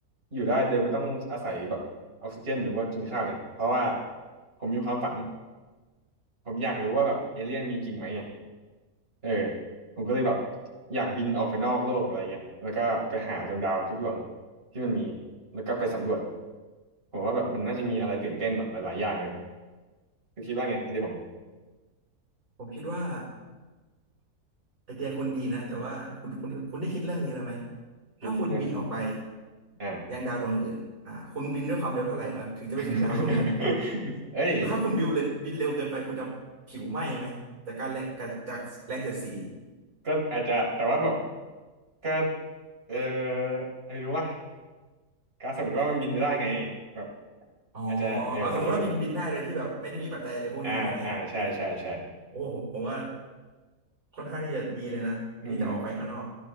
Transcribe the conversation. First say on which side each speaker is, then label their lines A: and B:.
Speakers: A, on the right (about 40°); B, on the right (about 60°).
A: อยู่ได้โดยไม่ต้องอาศัยแบบออกซิเจนหรือว่ากินข้าวเนี่ยเพราะว่าผมมีความฝันผมอยากรู้ว่าแบบเอเลี่ยนมีจริงไหมไงเออผมก็เลยแบบอยากบินออกไปนอกโลกอะไรเงี้ยแล้วก็ไปหาดวงดาวทุกดวงที่มันมีแล้วก็ไปสำรวจผมว่าแบบมันน่าจะมีอะไรตื่นเต้นแบบหลายๆอย่างเลยคือคิดว่าไงไอเดียผม
B: ผมคิดว่าไอเดียคุณดีนะแต่ว่าคุณคุณคุณได้คิดเรื่องนี้ไปไหม
A: คิดคิดเรื่อง
B: ถ้าคุณบินออกไป
A: อ่า
B: ยังดาวดวงอื่นอ่าคุณบินด้วยความเร็วเท่าไหร่แล้วถึงจะไปถึงดาวดวงนั้น
A: <laughs> เอ้ย
B: แล้วถ้าคุณบิวเลยบินเร็วเกินไปคุณจะผิวไหม้ไหมจากการแรงจากจากแรงเสียดสี
A: ก็อาจจะแต่ว่าแบบก็เออไม่รู้ว่าก็สมมติว่ามันบินไปได้ไงแบบ
B: อ๋อ
A: อาจจะเออสมมติสมมติ
B: เอาสมมุติว่าบินบินได้โดยที่แบบไม่ได้มีปัจจัยอะไรพวกนี้ใช่ไหม
A: อ่าอ่าใช่ใช่ใช่
B: โอ้ผมว่า ค่อนข้างที่จะดีเลยนะที่จะออกไปข้างนอก
A: อืมอืม